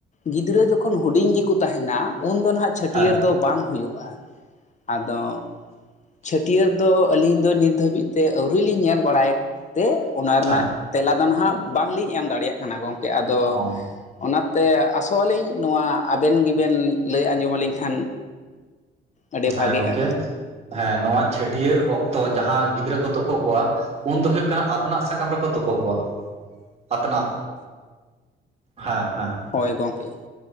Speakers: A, on the left; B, on the right.
A: ᱜᱤᱫᱽᱨᱟᱹ ᱡᱚᱠᱷᱚᱱ ᱦᱩᱰᱤᱧ ᱜᱮᱠᱚ ᱛᱟᱦᱮᱱᱟ ᱩᱱ ᱫᱚ ᱱᱟᱦᱟᱜ, ᱪᱷᱟᱹᱴᱭᱟᱹᱨ
B: ᱦᱮᱸ
A: ᱫᱚ ᱵᱟᱝ ᱦᱩᱭᱩᱜᱼᱟ᱾ ᱟᱫᱚ ᱪᱷᱟᱹᱴᱭᱟᱹᱨ ᱫᱚ ᱟᱹᱞᱤᱧ ᱫᱚ ᱱᱤᱛ ᱫᱷᱟᱹᱵᱤᱡ ᱛᱮ ᱟᱹᱣᱨᱤ ᱞᱤᱧ ᱧᱮᱞ ᱵᱟᱲᱟᱭ ᱛᱮ ᱚᱱᱟ ᱨᱮᱱᱟᱜ,
B: ᱦᱮᱸ
A: ᱛᱮᱞᱟ ᱫᱚ ᱱᱟᱦᱟᱜ ᱵᱟᱝᱞᱤᱧ ᱮᱢ ᱫᱟᱲᱮᱭᱟᱜ ᱠᱟᱱᱟ ᱜᱚᱢᱠᱮ ᱟᱫᱚ,
B: ᱚ
A: ᱟᱱᱟᱛᱮ ᱟᱥᱚᱜ ᱟᱹᱞᱤᱧ ᱱᱚᱣᱟ ᱟᱵᱮᱱ ᱜᱮᱵᱮᱱ ᱞᱟᱹᱭ ᱟᱸᱡᱚᱢ ᱟᱹᱞᱤᱧ ᱠᱷᱟᱱ᱾ ᱟᱹᱰᱤ
B: ᱦᱮᱸ
A: ᱵᱷᱟᱜᱮᱜᱼᱟ
B: ᱜᱚᱝᱠᱮ᱾ ᱦᱮᱸ ᱱᱚᱣᱟ ᱪᱷᱟᱹᱴᱭᱟᱹᱨ ᱚᱠᱛᱚ ᱡᱟᱦᱟᱸ ᱜᱤᱫᱽᱨᱟᱹ ᱠᱚ ᱛᱳᱯᱳ ᱠᱚᱣᱟ᱾ ᱩᱱ ᱫᱚ ᱦᱩᱭᱩᱜ ᱠᱟᱱᱟ ᱟᱛᱱᱟᱜ ᱥᱟᱠᱟᱢ ᱨᱮᱠᱚ ᱛᱳᱯᱳ ᱠᱚᱣᱟ᱾ ᱟᱛᱱᱟᱜ ᱦᱮᱸ ᱦᱮᱸ᱾
A: ᱦᱳᱭ ᱜᱚᱝᱠᱮ